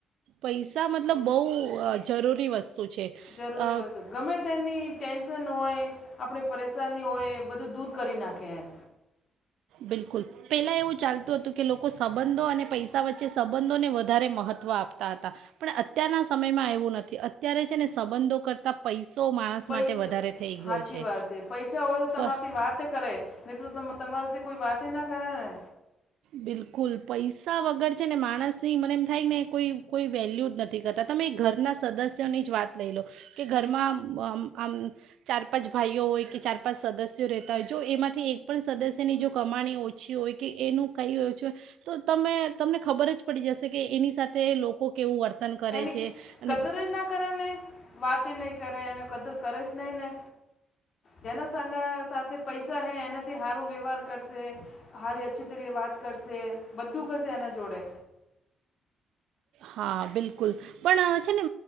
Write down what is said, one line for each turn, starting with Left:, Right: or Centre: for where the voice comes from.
Right: પૈસા મતલબ બહુ જરૂરી વસ્તુ છે
Left: જરૂરી
Right: અ,
Left: વસ્તુ. ગમે તેની ટેન્શન હોય આપણે પરેશાની હોય એ બધું દૂર કરી નાખે એમ.
Right: બિલકુલ. પેલા એવું ચાલતું હતું, કે લોકો સંબંધો અને પૈસા વચ્ચે સંબંધોને વધારે મહત્ત્વ આપતા હતા. પણ અત્યારના સમયમાં એવું નથી અત્યારે છે, ને સંબંધો કરતા પૈસો માણસ
Left: પૈસા
Right: માટે વધારે થઈ ગયો
Left: સાાચી
Right: છે
Left: વાત હે, પૈસા હોય તો
Right: પ-
Left: તમારાથી વાતે કરે, નહીં તો તો તમારાથી કોઈ વાતના કરેને.
Right: બિલકુલ પૈસા વગર છે, ને માણસ ની મને એમ થાય ને કોઈ કોઈ વેલ્યુ જ નથી. નથી કરતા તમે ઘરના સદસ્યોની જ વાત લઈ લો કે ઘરમાં આમ ચાર પાંચ ભાઈઓ હોય કે ચાર પાંચ સદસ્યો રહેતા હોય જો એમાંથી એક પણ સદસ્યની જો કમાણી ઓ પછી હોય કે એનું કહી હો છે, તમે તમને ખબર જ પડી જશે એની સાથે લોકો કેવું વર્તન કરે
Left: એની
Right: છે અને
Left: કદર જ ના કરેને, વાત નહીં કરે એને કદર કરે જ નહીં ને. જેના સાંગા સાથે, પૈસા હૈ એનાથી સારું વ્યવહાર કરશે. અચ્છી તરીકે વાત કરશે. બધું કરશે એના જોડે,
Right: હા, બિલકુલ. પણ છે, ને